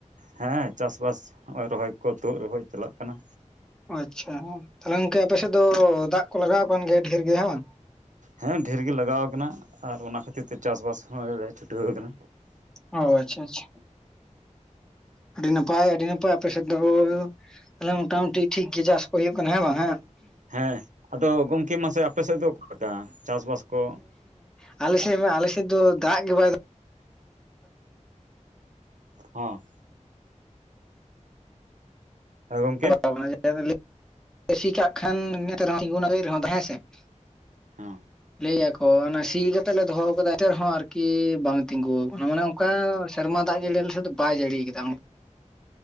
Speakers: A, on the right; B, in the centre.
A: ᱦᱮᱸ ᱪᱟᱥᱵᱟᱥ ᱱᱚᱜᱼᱚᱭ ᱨᱚᱦᱚᱭ ᱠᱚ ᱛᱳᱜ ᱨᱚᱦᱚᱭ ᱪᱟᱞᱟᱜ ᱠᱟᱱᱟ
B: ᱟᱪᱪᱷᱟ ᱛᱟᱦᱞᱮ ᱜᱚᱝᱠᱮ ᱟᱯᱮᱥᱮᱫ ᱫᱚ ᱫᱟᱜ ᱠᱚ ᱞᱟᱜᱟᱣ ᱠᱟᱱ ᱜᱮᱭᱟ ᱰᱷᱮᱨ ᱜᱮ ᱦᱮᱸ ᱵᱟᱝ
A: ᱦᱮᱸ ᱰᱷᱮᱨ ᱜᱮ ᱞᱟᱜᱟᱣ ᱠᱟᱱᱟ ᱟᱨ ᱚᱱᱟ ᱠᱷᱟᱹᱛᱤᱨ ᱛᱮ ᱪᱟᱥᱵᱟᱥ ᱦᱚᱸ ᱪᱷᱩᱴᱟᱹᱣ ᱠᱟᱱᱟ
B: ᱚ ᱟᱪᱪᱷᱟ ᱟᱪᱪᱷᱟ ᱟᱹᱰᱤ ᱱᱟᱯᱟᱭ ᱟᱹᱰᱤ ᱱᱟᱯᱟᱭ ᱟᱯ ᱥᱮᱫ ᱫᱚ ᱛᱟᱦᱚᱞᱮ ᱢᱚᱴᱟᱢᱩᱴᱤ ᱴᱷᱤᱠ ᱜᱮ ᱪᱟᱥ ᱠᱚ ᱦᱩᱭᱩᱜ ᱠᱟᱱᱟ ᱦᱮᱸ ᱵᱟᱝ ᱦᱮᱸ
A: ᱦᱮᱸ ᱟᱫᱚ ᱜᱚᱝᱠᱮ ᱢᱟᱥᱮ ᱟᱯᱮ ᱥᱮᱫ ᱫᱚ ᱚᱠᱟᱞᱮᱠᱟ ᱪᱟᱥᱵᱟᱥ ᱠᱚ
B: ᱟᱞᱮᱥᱮᱜᱢᱟ ᱟᱞᱮ ᱥᱮᱫ ᱫᱚ ᱫᱟᱜ ᱜᱮ ᱵᱟᱭ
A: ᱦᱚᱸ ᱦᱚᱸ ᱜᱚᱢᱠᱮ
B: ᱫᱟᱜ ᱥᱤ ᱠᱟᱜ ᱠᱷᱟᱱ ᱱᱦᱚᱸ ᱨᱮᱦᱚᱸ ᱦᱮᱸ ᱥᱮ <unintelligible>
A: ᱦᱚᱸ
B: <unintelligible> ᱥᱤ ᱠᱟᱛᱮᱜ ᱞᱮ ᱫᱚᱦᱚ ᱟᱠᱟᱫᱟ ᱮᱱᱛᱮ ᱨᱮᱦᱚᱸ ᱟᱨᱠᱤ ᱵᱟᱝ ᱛᱤᱸᱜᱩ ᱟᱠᱟᱱᱟ ᱢᱟᱱᱮ ᱚᱱᱠᱟ ᱥᱮᱨᱢᱟ ᱫᱟᱜ ᱡᱟᱹᱲᱤ ᱟᱞᱮ ᱥᱮᱫ ᱫᱚ ᱵᱟᱭ ᱡᱟᱹᱲᱤᱭ ᱠᱟᱫᱟ